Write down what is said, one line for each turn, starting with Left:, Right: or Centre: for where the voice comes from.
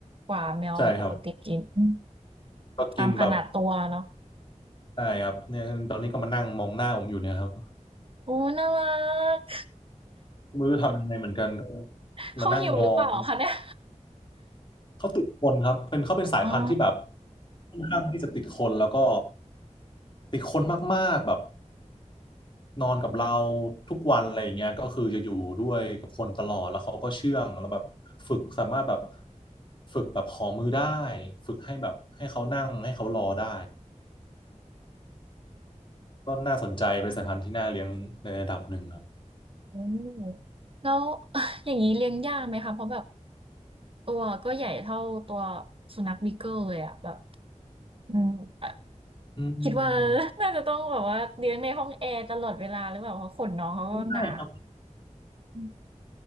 Right: กว่าแมวปกติกินอืม
Left: ใช่ครับก็กินแบบ
Right: ตามขนาดตัวเนาะ
Left: ใช่ครับเนี่ยตอนนี้ก็มานั่งมองหน้าผมอยู่เนี่ยครับ
Right: โอ้น่ารัก
Left: ไม่รู้จะทำยังไงเหมือนกันก็
Right: <laughs>
Left: มานั่งมอง
Right: เขาหิวหรือเปล่าคะเนี่ย
Left: เขาติดคนครับเป็นเขาเป็นสายพันธุ์ที่แบบ
Right: อ๋อ
Left: ค่อนข้างที่จะติดคนแล้วก็ติดคนมากๆแบบ นอนกับเราทุกวันอะไรอย่างเงี้ยก็คือจะอยู่ด้วยกับคนตลอดแล้วเขาก็เชื่องแล้วแบบฝึกสามารถแบบฝึกแบบขอมือได้ฝึกให้แบบให้เขานั่งให้เขารอได้ก็น่าสนใจเป็นสายพันธุ์ที่น่าเลี้ยงในระดับหนึ่งครับ
Right: อืมแล้ว <laughs> อย่างนี้เลี้ยงยากไหมคะเพราะแบบตัวก็ใหญ่เท่าตัวสุนัขบีเกิลเลยอะแบบอืมอ่ะ
Left: อืม
Right: คิดว่า <laughs> น่าจะต้องแบบว่าเลี้ยงในห้องแอร์ตลอดเวลาหรือเปล่าเพราะขนน้องเขาก็หนา
Left: ก็ไม่ครับ
Right: อ